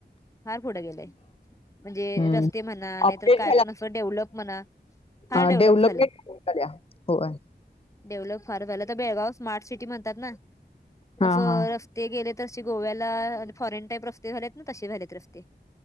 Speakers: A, on the left; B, on the left.
A: फार पुढं गेलय. म्हणजे
B: हम्म.
A: रस्ते म्हणा नाहीतर
B: अपडेट
A: काय पण असं डेव्हलप म्हणा. फार
B: अ
A: डेव्हलप
B: डेव्हलपमेंट
A: झालंय
B: <unintelligible> हो
A: डेव्हलप फार झालं. तर बेळगाव स्मार्ट सिटी म्हणतात ना?
B: हां
A: असं
B: हां.
A: रस्ते गेले तर अशी गोव्याला फॉरेन टाईप रस्ते झालेत ना? तसे झालेत रस्ते.